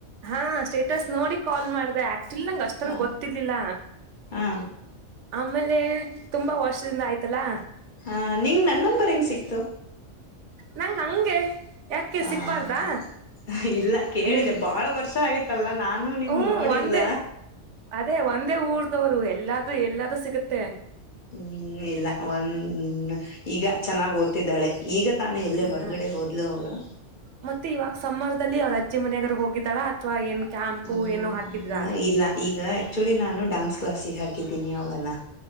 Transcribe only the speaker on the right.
ಹಾ ಸ್ಟೇಟಸ್ ನೋಡಿ ಕಾಲ್ ಮಾಡ್ದ ಆಕ್ಚುಲಿ ನಂಗ ಅಷ್ಟನ್
ಗೊತ್ತಿರ್ಲಿಲ್ಲ
ಆಮೇಲೆ ತುಂಬಾ ವರ್ಷದಿಂದ ಆಯ್ತಲ್ಲಾ.
ನಂಗ ಹಂಗೆ. ಯಾಕೆ
ಸಿಗ್ಬಾರ್ದಾ
ಹ್ಮ್
ಹ್ಮ್
ಒಂದೇ ಅದೇ ಒಂದೇ ಊರ್ದವರು ಎಲ್ಲಾದೂ ಎಲ್ಲಾದೂ ಸಿಗುತ್ತೆ.
ಹ
ಮತ್ತೆ ಇವಾಗ ಸಮ್ಮರ್ದಲ್ಲಿ ಅವ್ರ ಅಜ್ಜಿ ಮನೆಯಾಗದ್ರೂ ಹೋಗಿದ್ದಾಳಾ ಅಥವಾ ಏನ್ ಕ್ಯಾಂಪು
ಏನು ಹಾಕಿದ್ರಾ.